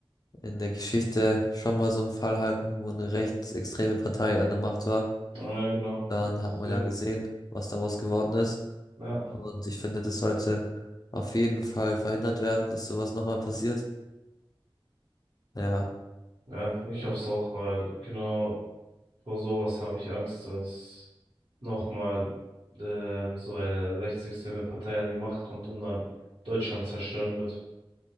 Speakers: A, on the left; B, on the right.
A: in der Geschichte schon mal so einen Fall hatten, wo eine rechtsextreme Partei an der Macht war.
B: Ja, genau.
A: Dann
B: Deswegen,
A: hat man ja gesehen, was daraus geworden ist.
B: ja,
A: Und ich finde, das sollte auf jeden Fall verhindert werden, dass sowas nochmal passiert. Ja,
B: ja, ich hoffe es auch, weil genau vor sowas habe ich Angst, dass nochmal ähm, so eine rechtsextreme Partei an die Macht kommt und dann Deutschland zerstören wird.